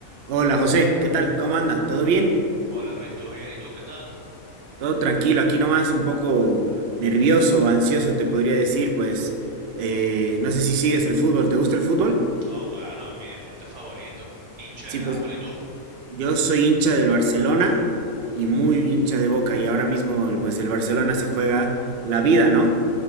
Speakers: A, on the right (about 65°); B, on the right (about 80°).
A: Hola José, ¿qué tal? ¿Cómo anda? ¿Todo bien?
B: Hola Luis, ¿todo bien? ¿Y tú qué tal?
A: Todo tranquilo, aquí nomás un poco nervioso, ansioso te podría decir, pues eh, no sé si sigues el fútbol, ¿te gusta el fútbol?
B: No, claro, mi deporte favorito. Hincha
A: Sí,
B: de Nápoles,
A: pues
B: ¿y tú?
A: yo soy hincha del Barcelona y muy hincha de Boca y ahora mismo el- pues el Barcelona se juega la vida, ¿no?